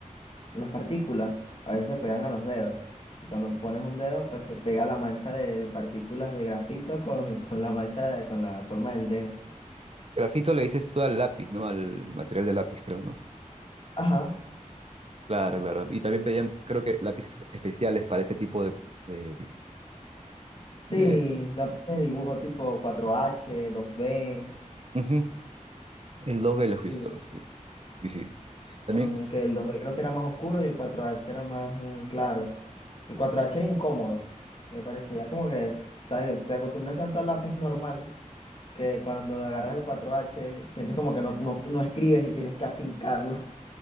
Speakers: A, on the left; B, on the right.
A: las partículas, a veces se pegan a los dedos. Y cuando pones un dedo, pues se pega la mancha de partículas de grafito con, con la mancha, de- con la forma del dedo.
B: Grafito le dices tú al lápiz, ¿no? Al material de lápiz, creo, ¿no?
A: Ajá,
B: Claro, claro. Y también pedían, creo que lápices especiales para ese tipo de... de,
A: sí,
B: de-
A: lápices de dibujo tipo cuatro h dos b
B: Ujú. En los velos, ¿visto?
A: sí,
B: Sí, sí. sí.
A: son
B: También,
A: que el dos b creo que era más oscuro y el cuatro h era más mm, claro. El cuatro h era incómodo, me parecía como que ¿sabes? te acostumbras tanto al lápiz normal que cuando agarras el cuatro h sientes como que no, no, no escribes y tienes que afincarlo. <laughs>